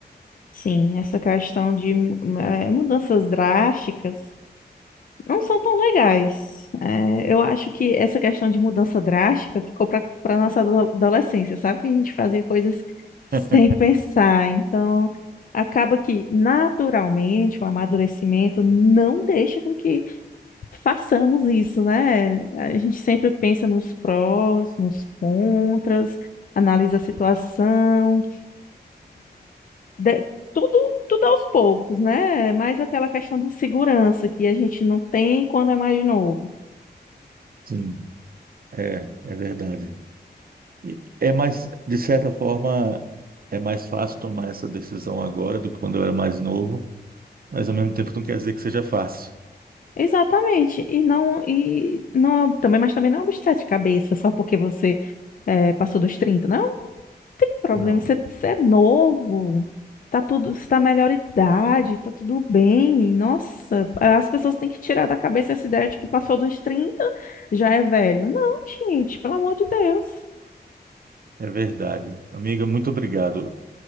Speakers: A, on the left; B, on the right.
A: sim, essa questão de mu- eh, mudanças drásticas não são tão legais. Eh, eu acho que essa questão de mudança drástica ficou para para nossa ado- adolescência, sabe? Que a gente fazia coisas sem
B: <laughs>
A: pensar. Então, acaba que naturalmente o amadurecimento não deixa com que façamos isso, né? A gente sempre pensa nos prós, nos contras, analisa a situação. de- tudo, tudo aos poucos, né? Mais aquela questão da segurança que a gente não tem quando é mais novo.
B: Sim, é, é verdade. E é mais, de certa forma, é mais fácil tomar essa decisão agora do que quando eu era mais novo, mas ao mesmo tempo não quer dizer que seja fácil.
A: Exatamente. E não, e não é um- também, mas também não é um bicho de sete cabeças, só porque você é, passou dos trinta Não é um problema.
B: Não,
A: Você, você é novo. Tá tudo, você tá melhor idade, tá tudo bem. Nossa, as pessoas têm que tirar da cabeça essa ideia de que passou dos 30 já é velho. Não, gente, pelo amor de Deus.
B: é verdade. Amiga, muito obrigado.